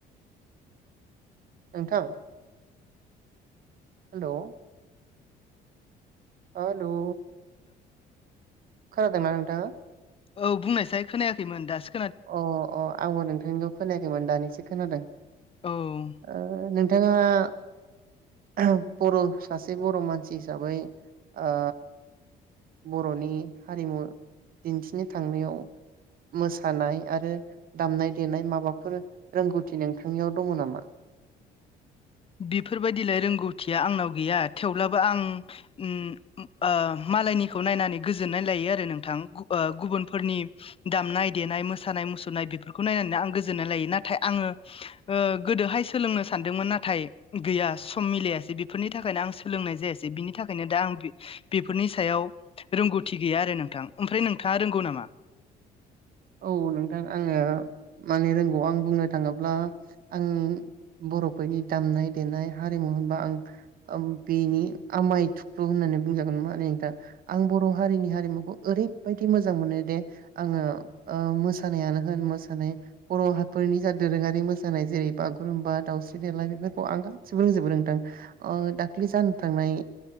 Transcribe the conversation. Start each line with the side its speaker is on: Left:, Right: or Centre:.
Right: नोंथां। हेलौ हेलौ खोनादोंना नोंथाङा।
Left: औ बुंनायसाय खोनायाखैमोन दासोख
Right: अ अ आंबो नोंथांनिखौ खोनायाखैमोन दानिसो खोनादों
Left: औ
Right: ओ नों ङा बर' सासे बर' मानसि हिसाबै ओ। बर'नि हारिमु दिन्थिनो थांनायाव। मोसानाय आरो दामनाय देनाय माबाफोर रोंगौथि नोंथांनियाव दङ नामा?
Left: बेफोरबायदिलाय रोंगौथिया आंनाव गैया थेवब्लाबो आं ओम ओ। मालायनिखौ नायनानै गोजोन्नाय लायो आरो नोंथां गु ओ गुबुनफोरनि दामनाय देनाय मोसानाय। मुसुरनाय बेफोरखौ नायनानै आं गोजोननाय लायो नाथाय आङो ओ गोदोहाय सोलोंनो सानदोंमोन नाथ नाथाय गैया सम मिलायासै बेफोरनि थाखायनो आं सोलोंनाय जायासै बिनि थाखायनो दा आं बि बेफोरनि। नि सायाव रोंगौथि गैया आरो नोंथां ओमफ्राय नोंथाङा रोंगौ नामा?
Right: <inaudible> औ नोंथां आङो माने रोंगौ आं बुंनो थाङोब्ला आं। बर'फोरनि दामनाय देनाय हारिमु होनबा आं। ओम बेनि आमाय थुख्लु होननानै बुंजागोन माने नों दा आं बर' हारिनि हारिमुखौ ओर ओरैबायदि मोजां मोनो दे आङो। ओ मोसानायानो होन मोसानाय बर'फोरनि जा दोरोङारि मोसानाय जेरै बागुरुम्बा दावउस सि देलाय बेफोरखौ आं गासिबो रोंजोबो रोंथां अ दाख्लि जानो थांनाय।